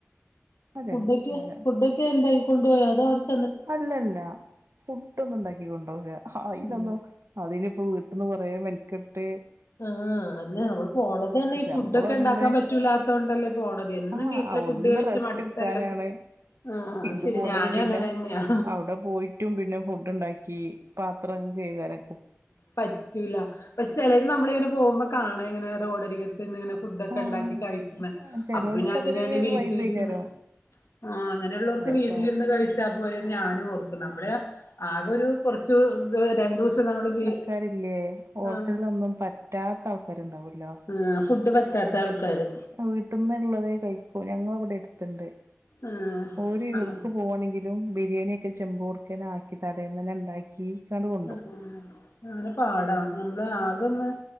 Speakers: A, on the right (about 70°); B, on the left (about 85°).
A: അതന്നെ
B: ഫുഡ്ഡൊക്കെ
A: അതാണ്
B: ഫുഡ്ഡൊക്കെന്തായി കൊണ്ടോയോ അതോ അവ്ടെ ചെ
A: അല്ലല്ല ഫുഡ്ഡൊന്നുണ്ടാക്കി കൊണ്ടോകൂല അയ്ലൊന്നു
B: ഉം
A: അതിന്പ്പൊ വീട്ട്ന്ന് കൊറേ മെൻകെട്ട്
B: ആഹ് അല്ല നമ്മള് പോണതന്നെ ഈ ഫുഡ്ഡൊക്കെണ്ടാക്കാൻ
A: നമ്മളൊന്ന്
B: പറ്റൂലാത്തതോണ്ടല്ലേ പോണത് എന്നും
A: ആഹ്
B: വീട്ടിലെ ഫുഡ്
A: ഒന്ന്
B: കഴിച്ച്
A: റെസ്റ്റ്
B: മട്ത്ത
A: എടുക്കാനാണ്
B: ല്ലൊ ആഹ്
A: ഇത്
B: അത്ശെരി
A: പോണത്
B: ഞാനും
A: പിന്നെ
B: അങ്ങനെ ന്നയാ
A: അവിടെ പോയിട്ടും പിന്നെ ഫുഡ്ഡ്ണ്ടാക്കി പാത്രം കൈകലൊക്കെ
B: പറ്റൂല പക്ഷെ ചെലര് നമ്മള്ങ്ങനെ പോകുമ്പൊ കാണങ്ങനെ റോഡരികത്ത് ഇര്ന്ന്ങ്ങനെ ഫുഡ്ഡൊക്കെണ്ടാക്കി
A: ആഹ്
B: കഴിക്ക്ണ്
A: ചെലോൽക്കതൊരു
B: അപ്പൊ പിന്നങ്ങനെയാണെ വീട്ടില്‌ര്ന്ന്
A: വൈബേക്കാരം
B: ആഹ് അങ്ങനെള്ളോർക്ക്
A: രസാവും
B: വീട്ടിലിര്ന്ന് കഴിച്ചാ പോരേന്ന് ഞാനും ഓർക്കും നമ്മള് ആ കൊരു കുറച്ച് ത് രണ്ടൂസം നമ്മള് വീ
A: ആൾക്കാര്ല്ലേ ഹോട്ടൽന്നൊന്നും
B: ആഹ്
A: പറ്റാത്താൾക്കാര്ണ്ടാവല്ലോ
B: ആഹ് ഫുഡ് പറ്റാത്താൾക്കാര്
A: വീട്ട്ന്ന്ള്ളതേ കഴിക്കൂ ഞങ്ങളിവിടെ ട്ത്ത്ണ്ട്
B: ആഹ്
A: ഓര്
B: അങ്ങനെ
A: എവ്ട്ക്ക് പോവാണെങ്കി ലും ബിരിയാണിയൊക്കെ ചെമ്പോട് ക്കെനാക്കി തലേന്നെന്നെണ്ടാക്കി <unintelligible>
B: ആഹ് അങ്ങനെ പാടാ നമ്മള് ആകൊന്ന്